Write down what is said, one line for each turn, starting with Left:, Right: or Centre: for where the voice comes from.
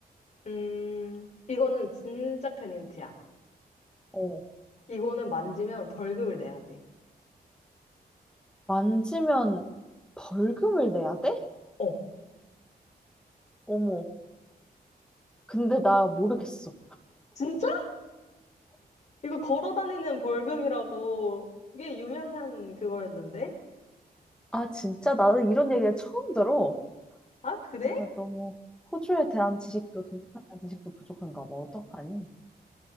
Left: 음, 이건 진짜 큰 힌트야.
Centre: 어,
Left: 이거는 만지면 벌금을 내야 돼.
Centre: 만지면 벌금을 내야 돼?
Left: 어.
Centre: 어머, 근데 나 모르겠어.
Left: 진짜? 이거 걸어 다니는 벌금이라고 이게 유명한 그거였는데?
Centre: 아 진짜 나는 이런 얘기를 처음 들어.
Left: 아, 그래?
Centre: 내가 너무 호주에 대한 지식도 동남아에 대한 지식도 부족한가 봐. 어떡하니?